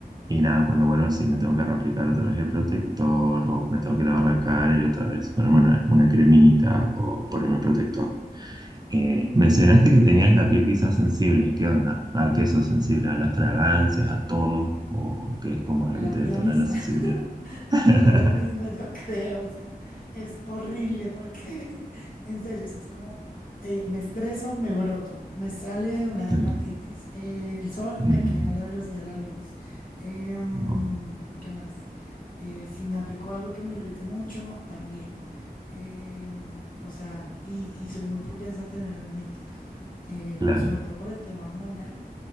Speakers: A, on the right; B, on the left.
A: Y nada, cuando vuelvo sí me tengo que reaplicar otra vez el protector o me tengo que lavar la cara y otra vez ponerme una, una cremita o ponerme protector. Eh, mencionaste que tenías la piel quizás sensible. ¿Qué onda? ¿A qué sos sensible? ¿A las fragancias? ¿A todo? ¿O qué es como lo
B: a
A: que
B: la
A: te
B: vida
A: detona
B: misma.
A: la sensibilidad?
B: <laughs> <laughs>
A: <laughs>
B: a la vida misma, yo creo, o sea, es horrible porque, <laughs> en serio, o sea, es como, eh, me estreso, me broto, me sale una dermatitis,
A: Sí.
B: eh, el sol
A: Mm,
B: me quema la velocidad de la luz, em,
A: no,
B: ¿qué más? Eh, si me aplico algo que me irrite mucho, también. em, o sea, y, y soy muy propensa a tener acné, eh,
A: claro.
B: sobre todo por el tema hormonal.